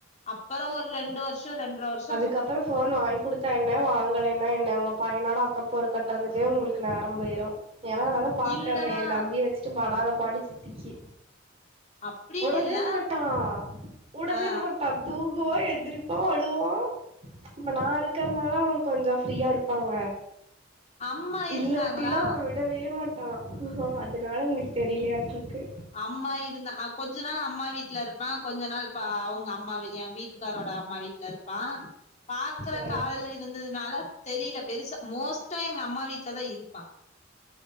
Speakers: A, on the left; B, on the right.
A: அப்பற ஒரு ரெண்டு வர்ஷ ரெண்ட்ர வர்ஷ
B: அதுக்கப்பற ஃபோன் வாங்கி குடுத்தா என்ன வாங்கலைனா என்ன ஒங்க பையனோட அக்கப்போர் கட்றதுலே உங்களுக்கு நேரம்போயிரு ஏனா நா தா பாக்கறனே
A: இல்லடா
B: எந்தம்பிய வச்சுட்டு படாத பாடு சித்திக்கு
A: அப்டின்னு
B: உடவே
A: இல்ல
B: மாட்டா உடவே
A: ஆ ஆ
B: மாட்டா தூங்குவா எந்திரிப்பா அழு டுவா இப்ப நா இருக்கற்னால அவ்ங்க கொஞ்ச ஃப்ரீயா இருப்பாங்க
A: அம்மா
B: இல்லவட்டிலா
A: இருந்தாங்களா
B: அவ விடவே மாட்டா அதனால அவ்ங்களுக்கு தெரியலையாட்ருக்கு
A: அம்மா இருந்தா அ கொஞ்ச நாள் அம்மா வீட்ட இருப்பா கொஞ்ச நாள் பா அவ்ங்க அம்மா வீ எ வீட்டுக்காரோட அம்மா வீ ட்ல இருப்பா பாக்குறக்கு
B: ஆ
A: ஆளு இருந்ததுனால தெரியல பெருசா மோஸ்டா எங்க அம்மா வீட்டலதா இருப்பா